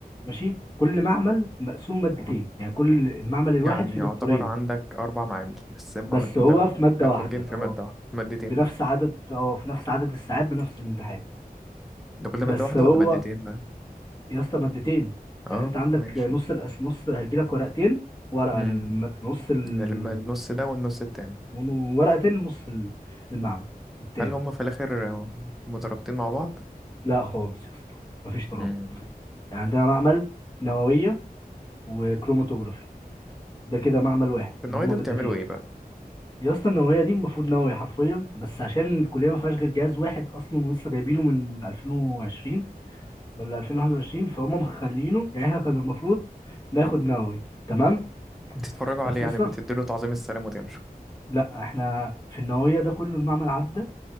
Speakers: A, on the left (about 25°); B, in the centre.
A: ماشي كل معمل مقسوم مادتين يعني كل المعمل الواحد
B: يعني
A: فيه
B: يعتبر
A: دكتورين
B: عندك اربع معامل بس هما
A: بس
B: من-
A: هو
B: ده
A: في مادة
B: مدموجين
A: واحدة
B: في
A: اه
B: مادة واحدة مادتين
A: بنفس
B: بقى
A: عدد اه في نفس عدد الساعات بنفس الامتحان
B: ده كل
A: بس
B: مادة واحدة
A: هو
B: ولا مادتين بقى
A: يا اسطى مادتين
B: اه
A: يعني انت عندك
B: ماشي
A: نص الأس نص هيجي لك ورقتين ورقة
B: امم
A: للم- نص المعمل
B: ده لما النص ده والنص التاني
A: وورقتين لنص ال- المعمل التاني
B: هل هما في الاخر مترابطين مع بعض
A: لا خالص يا اسطى مفيش ترابط
B: امم
A: يعني عندنا معمل نووية وكروماتوجرافي ده كده معمل واحد
B: في
A: اللي
B: النوعية
A: هما
B: ده
A: مادتين
B: بتعملوا ايه بقى
A: يا اسطى النوويه دي المفروض نووي حرفيا بس عشان الكليه ما فيهاش غير جهاز واحد اصلا ولسه جايبينه من 2020 ولا 2021 فهم مخلينه يعني احنا كان المفروض ناخد نووي تمام
B: بتتفرجوا عليه
A: بس
B: يعني
A: اصلا
B: بتديله تعظيم السلام وتمشوا
A: لا احنا في النوويه ده كله المعمل عدى